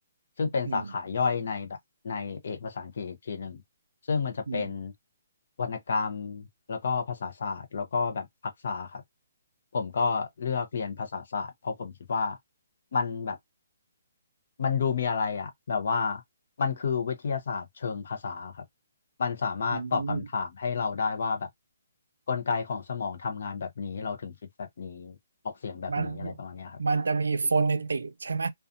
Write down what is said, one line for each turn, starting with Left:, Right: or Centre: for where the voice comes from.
Left: ซึ่งเป็นสาขาย่อยในแบบในเอกภาษาอังกฤษอีกทีหนึ่ง
Right: อืม
Left: ซึ่งมันจะเป็น
Right: อืม
Left: วรรณกรรมแล้วก็ภาษาศาสตร์แล้วก็แบบทักษะครับผมก็เลือกเรียนภาษาศาสตร์เพราะผมคิดว่ามันแบบมันดูมีอะไรอ่ะแบบว่ามันคือวิทยาศาสตร์เชิงภาษาครับมันสามารถตอบคำถามให้เราได้ว่าแบบ
Right: อืม
Left: กลไกของสมองทำงานแบบนี้เราถึงคิดแบบนี้ออกเสียงแบบนี้อะไรประมาณเนี้ยครับ
Right: มันมันจะมีโฟ o น e ติกใช่ไหม